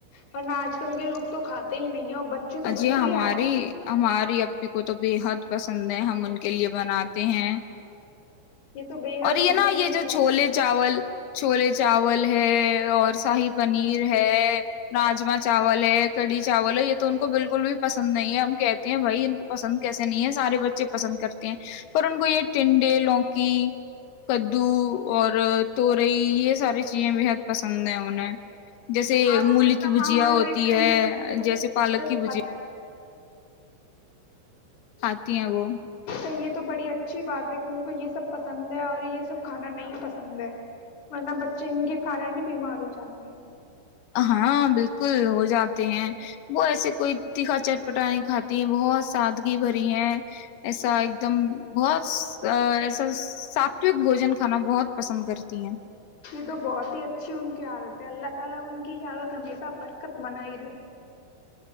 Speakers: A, on the left; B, on the left.
A: پرن آج کل کے لوگ تو کھاتے ہی نہیں ہیں بچے تو بالکل
B: جی ہماری
A: ہی آتے نہیں
B: ہماری اب پ کو تو بے حد پسند ہے ہم ان کے لیے بناتے ہیں
A: یہ تو بےحد
B: اور یہ
A: خوبصورت
B: نا یہ جو
A: بات
B: چھولے
A: ہے
B: چاول چھولے چاول ہے اور شاہی پنیر ہے راجما چاول ہے کڑھی چاول ہے یہ تو ان کو بالکل بھی پسند نہیں ہے ہم کہتے ہیں بھائی ان کو پسند کیسے نہیں ہے سارے بچے پسند کرتے ہیں پر ان کو یہ ٹنڈے لوکی کدو اور توورئی یہ ساری چیزیں بحد پسند ہے انہیں جیسے
A: آج
B: ملی
A: کل کا
B: کی بھجیا
A: ماحول
B: ہوتی
A: دیکھ کر
B: ہے
A: یہ تو
B: جیسے الگ
A: بات
B: کی بجے
A: ہے
B: کھاتی ہیں وہ
A: یہ تو بڑی اچھی بات ہے کہ ان کو یہ سب پسند ہے اور یہ سب کھانا نہیں پسند ہے ورنہ بچے ان کے کارن ہی بیمار ہو جاتے ہیں
B: ہاں بالکل ہو جاتے ہیں وہ ایسے کوئی تیکھا چٹپٹا نہیں کات ہیں بہت سادگی بھری ہے ایسا ایک دم بہت ایسا ساتوک بوجن کھانا بہت پسند کرتی ہے
A: یہ تو بہت ہی اچھی ان کی حالت میں اللہ تعالی ان کی عادت ہمیشہ برکت بنا ہی رہے